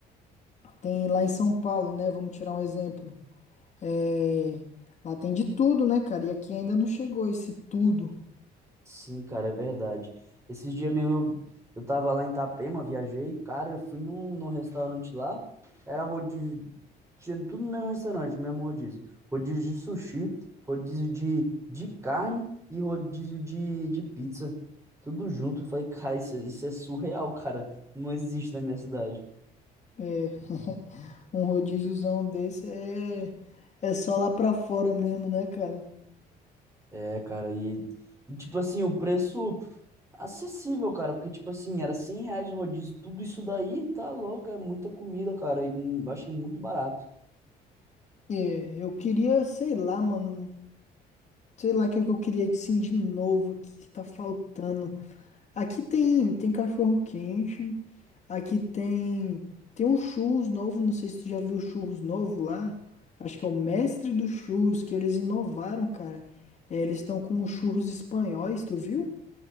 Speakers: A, on the left (about 45°); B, on the right (about 15°).
A: tem lá em São Paulo, né? Vamos tirar um exemplo. É, lá tem de tudo, né, cara? E aqui ainda não chegou esse tudo.
B: Sim, cara, é verdade. Esses dias mesmo eu, eu tava lá em Itapema, viajei, cara, eu fui num, num restaurante lá, era rodízio, tinha tudo no mesmo restaurante, no mesmo rodízio. Rodízio de sushi, rodízio de, de carne e rodízio de, de pizza. Tudo junto. Eu falei, cara, isso, é- isso é surreal, cara. Não existe na minha cidade.
A: É, um rodíziozão desse é é só lá pra fora mesmo, né, cara?
B: É, cara, e, e tipo assim, o preço. Acessível, cara, porque, tipo assim, era 100 reais o rodízio, tudo isso daí, tá louco, é muita comida, cara, e hum, achei muito barato.
A: É, eu queria, sei lá, mano. Sei lá o que é que eu queria assim de novo, o que que tá faltando. Aqui tem tem cachorro quente, aqui tem tem um churros novo, não sei se tu já viu o churros novo lá. Acho que é o mestre dos churros que eles inovaram, cara. É, eles estão com os churros espanhóis, tu viu?